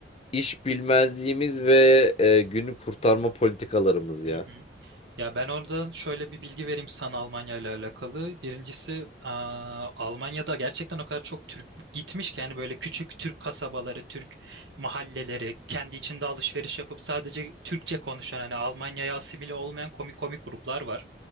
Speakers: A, on the left (about 35°); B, on the right (about 85°).
A: iş bilmezliğimiz ve e, günü kurtarma politikalarımız
B: hı
A: ya.
B: hı. Ya ben oradan şöyle bir bilgi vereyim sana Almanya ile alakalı. Birincisi aa, Almanya'da gerçekten o kadar çok Türk gitmiş ki yani böyle küçük Türk kasabaları, Türk mahalleleri, kendi içinde alışveriş yapıp sadece Türkçe konuşan hani Almanya'ya asimile olmayan komik komik gruplar var.